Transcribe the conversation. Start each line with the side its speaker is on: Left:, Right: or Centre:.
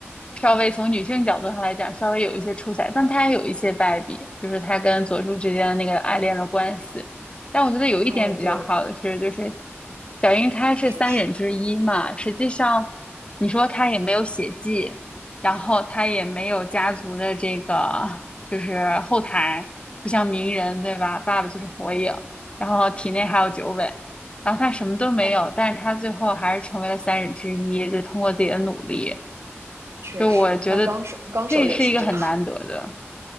Left: 稍微从女性角度上来讲，稍微有一些出彩，但她也有一些败笔，就是她跟佐助之间的那个爱恋的关系。但我觉得有一点比较好的是，
Right: 哦，对，
Left: 就是小樱她是三忍之一嘛，
Right: 确实，
Left: 实际上你说她也没有血迹，然后她也没有家族的这个。就是后台不像鸣人对吧？爸爸就是火影，然后体内还有九尾，然后他什么都没有，
Right: 哎，
Left: 但是他最后还是成为了三人之一，就通过自己的努力，
Right: 确实，
Left: 就我觉得这是一个很难得的。
Right: 那纲手纲手也是这样